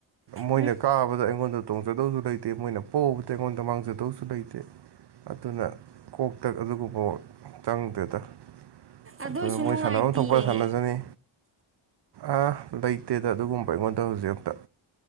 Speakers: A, on the right; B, on the right.
A: ꯃꯣꯏꯅ
B: ꯎꯝ
A: ꯀꯥꯕꯗ ꯑꯩꯉꯣꯟꯗ ꯇꯣꯡꯖꯗꯧꯁꯨ ꯂꯩꯇꯦ ꯠꯇꯦ ꯃꯣꯏꯅ ꯄꯣꯕꯗ ꯑꯩꯉꯣꯟꯗ ꯃꯥꯡꯖꯗꯧꯁꯨ ꯂꯩꯇꯦ ꯑꯗꯨꯅ ꯀꯣꯛꯇ ꯑꯗꯨꯒꯨꯝꯕ ꯆꯪꯗꯦꯗ
B: ꯑꯗꯨꯏꯁꯨ
A: ꯑꯗꯨꯅ
B: ꯅꯨꯡꯉꯥꯏꯇꯦꯌꯦ
A: ꯃꯣꯏ ꯁꯥꯟꯅꯐꯝ ꯊꯣꯛꯄ ꯁꯥꯟꯅꯖꯅꯤ ꯑ ꯂꯩꯇꯦꯗ ꯑꯗꯨꯒꯨꯝꯕ ꯑꯩꯉꯣꯟꯗ ꯍꯧꯖꯤꯛ ꯑꯝꯇ